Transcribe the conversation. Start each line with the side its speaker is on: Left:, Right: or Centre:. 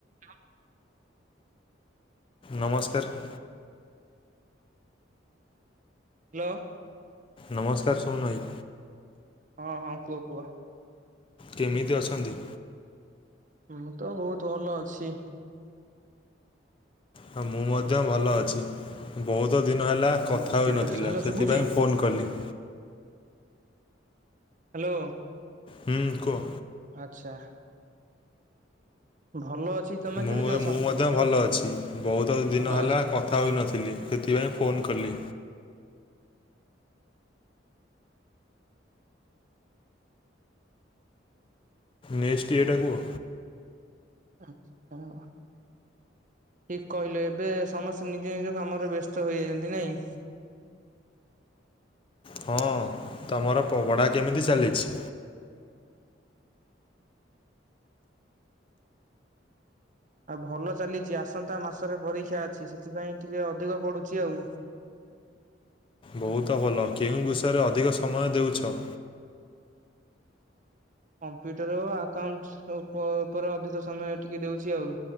Right: ହ
Left: ନମସ୍କାର।
Right: ହ୍ୟାଲୋ।
Left: ନମସ୍କାର ସୋମୋନ ଭାଇ।
Right: ହଁ ହଁ କୁହ କୁହ।
Left: କେମିତି ଅଛନ୍ତି?
Right: ମୁଁ ତ ବହୁତ ଭଲ ଅଛି।
Left: ହଁ ମୁଁ ମଧ୍ୟ ଭଲ ଅଛି। ବହୁତ ଦିନ ହେଲା
Right: ହଁ
Left: କଥା
Right: ଟିକେ
Left: ହୋଇନଥିଲା
Right: ରୁହ। ହ୍ୟାଲୋ
Left: ସେଥିପାଇଁ
Right: ଶୁଭୁଛି
Left: ଫୋନ୍ କଲି।
Right: ହ୍ୟାଲୋ।
Left: ହୁଁ କୁହ।
Right: ଆଚ୍ଛା। ଭଲ ଅଛି ତମେ
Left: ମୁଁ
Right: କେମିତି ଅଛ
Left: ମୁଁ ମଧ୍ୟ ଭଲ ଅଛି ବହୁତ ଦିନ
Right: ଭଲ
Left: ହେଲା
Right: ଅଛ
Left: କଥା ତାଉଇନଥିଲି ସେଥିପାଇଁ ଫୋନ୍ କଲି। ନେକ୍ସଟ ଇଏ ଟା କୁହ।
Right: ଆ ହଁ <inaudible> ଠିକ କହିଲେ ଏବେ ସମସ୍ତେ ନିଜ ନିଜ କାମରେ ବ୍ୟସ୍ତ ହେଯାଇଛନ୍ତି ନାଇଁ।
Left: ହଁ ତମର ପପଡା କେମିତି ଚାଲିଛି?
Right: ଆଉ ଭଲ ଚାଲିଛି ଆସନ୍ତା ମାସରେ ପରୀକ୍ଷା ଅଛି ସେଥିପାଇଁ ଟିକେ ଅଧିକ ପଢୁଛି ଆଉ।
Left: ବହୁତ ଭଲ କେଉଁ ବିଷରେ ଅଧିକ ସମୟ ଦେଉଛ?
Right: କମ୍ପ୍ୟୁଟର ଆକାଉଣ୍ଟ ଉପରେ ଅଧିକ ସମୟ ଟିକେ ଦଉଛି ଆଉ।